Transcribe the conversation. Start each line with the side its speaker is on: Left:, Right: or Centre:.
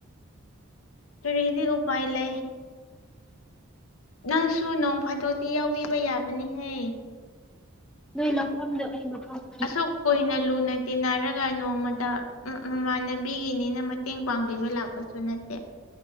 Left: ꯀꯔꯤꯗꯤ ꯎꯄꯥꯏ ꯂꯩ ꯅꯪꯁꯨ ꯅꯣꯡ ꯐꯥꯗꯣꯛꯇꯤ ꯌꯥꯎꯕꯤꯕ ꯌꯥꯕꯅꯤꯍꯦ
Centre: ꯅꯣꯏ ꯂꯧꯐꯝꯗꯣ ꯑꯩ ꯃꯐꯝ ꯈꯪꯏ
Left: ꯑꯁꯨꯛ ꯀꯨꯏꯅ ꯂꯨꯅ ꯇꯤꯟꯅꯔꯛꯂꯒ ꯇꯤꯟꯅꯔꯒ ꯅꯣꯡꯃꯇ ꯃꯃꯥꯟꯅꯕꯤꯒꯤꯅꯦꯅ ꯃꯇꯦꯡ ꯄꯥꯡꯕꯤꯕ ꯅꯣꯡꯃꯇ ꯂꯥꯛꯄꯁꯨ ꯅꯠꯇꯦ